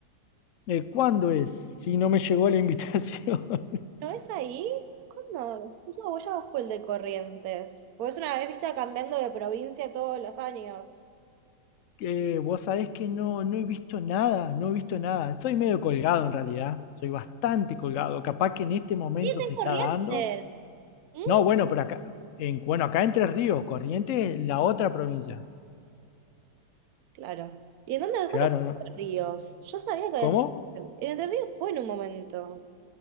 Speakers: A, on the left (about 80°); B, on the right (about 60°).
A: Eh, ¿cuándo es? Si no me llegó la invitación. <laughs>
B: ¿No es ahí? ¿Cuándo? No, vos ya fue el de Corrientes. Porque es una vez, viste, cambiando de provincia todos los años.
A: Eh, vos sabés que no, no he visto nada, no he visto nada. Soy medio colgado en realidad, soy bastante colgado. Capaz que en este momento
B: Sí, es en
A: se está
B: Corrientes.
A: dando.
B: Mm,
A: No, bueno, pero acá, en, bueno, acá Entre Ríos, Corrientes, es la otra provincia.
B: Claro. ¿Y en dónde?
A: Claro,
B: ¿Cuántos
A: ¿no?
B: Ríos? Yo sabía que
A: ¿Cómo?
B: es- el Entre Ríos fue en un momento.